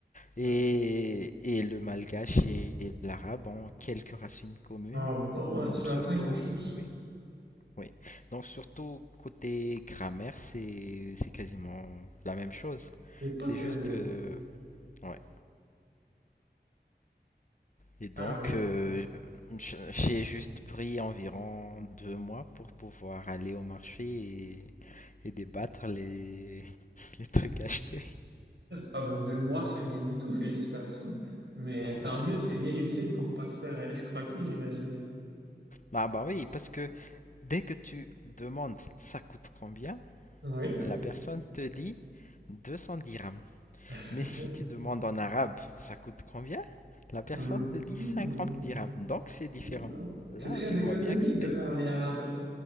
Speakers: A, on the left (about 45°); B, on the right (about 85°).
A: Et,
B: Ouais.
A: et le malgache et l'arabe ont quelques racines communes,
B: Ah bon, hein, tu
A: surtout,
B: m'apprends quelque chose.
A: oui. Oui. Donc surtout côté grammaire, c'est c'est quasiment la même chose.
B: T'es pas
A: C'est
B: sérieux.
A: juste euh, ouais. Et donc
B: Ah oui.
A: euh, j- j'ai juste pris environ deux mois pour pouvoir aller au marché et, et débattre les <laughs> les trucs achetés.
B: Ah ben, deux mois, c'est rien du tout, félicitations. Mais tant
A: Ouais.
B: mieux, c'est bien lucide pour pas se faire escroquer, j'imagine.
A: Bah bah oui, parce que dès que tu demandes ça coûte combien,
B: Oui.
A: la personne te dit 210 dirhams.
B: <laughs>
A: Mais si tu demandes en arabe, ça coûte combien? La personne
B: Hmm.
A: te dit
B: Hmm.
A: 50 dirhams, donc c'est différent.
B: Dis donc.
A: Là,
B: C'est très
A: tu vois
B: économique
A: bien que c'est...
B: de parler arabe.